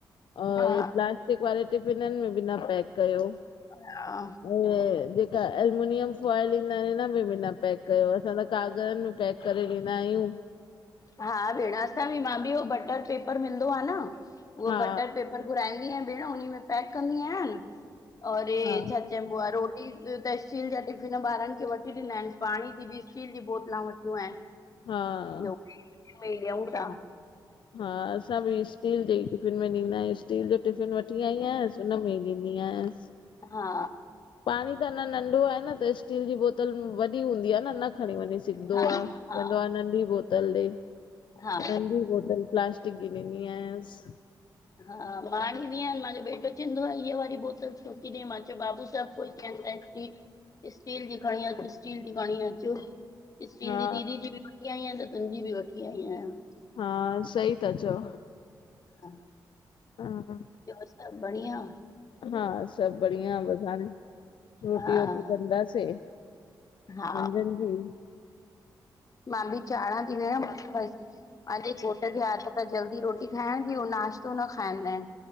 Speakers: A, on the left; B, on the left.
A: और
B: हा
A: प्लास्टिक वारे टिफिननि में बि न पैक कयो।
B: अ हा
A: ऐं जेका एल्यूमिनियम फॉइल ईंदा आहिनि इन में बि न पैक कयो असां त कागरनि में पैक करे ॾिंदा आयूं।
B: हा भेण असां बि मां बि उहो बटर पेपर मिलंदो आ न, उहो
A: हा
B: बटर पेपर पर घुराईंदी आहियां भेण उनी में पैक कंदी आहियांनि। औरे
A: हा
B: छा चैबुआ रोटी तसि स्टील जा टिफ़िन ॿारनि खे वठी ॾिना आहिनि, पाणी जी बि स्टील जी बोतला वठियूं आहिनि।
A: हा
B: इयो पे लयूता
A: हा असां बि स्टील जे टिफ़िन में ॾींदा आहियूं, स्टील जो टिफ़िन वठी आई आय। हुन में ही ॾींदी आसि।
B: हा
A: पाणी त अञां नंढो आ न त स्टील जी बोतल वॾी हूंदी आ न, न खणी वञी सिघंदो
B: हा
A: आ,
B: हा
A: चवंदो आ नंढी बोतल ॾे,
B: हा
A: नंढी बोतल प्लास्टि क ॾींदी आहियांसि।
B: हा मां आणींदी आहियां, मांजो बेटो चवंदो आ ये वारी बोतल छो ती ॾे, मां चयो बाबू सभु कोई कहता है की स्टील जी खणी अच स्टील जी खणी अच, स्टील
A: हा
B: जी दीदी जी बि वठी आई आयां त तुंहिंजी बि वठी आई आयां।
A: हा सही ता चओ।
B: हा
A: हा
B: ॿयो सभु, बढ़ि ढिया
A: हा सभु बढ़िया बसि हाणे रोटी-वोटी
B: हा
A: कंदासीं
B: हा
A: मंझंदि जी
B: मां बि चाढ़ा ती भेण बसि। मांजे घोटु खे आदत आ जल्दी रोटी खाइण जी, उ नाश्तो न खाईंदा आहिनि।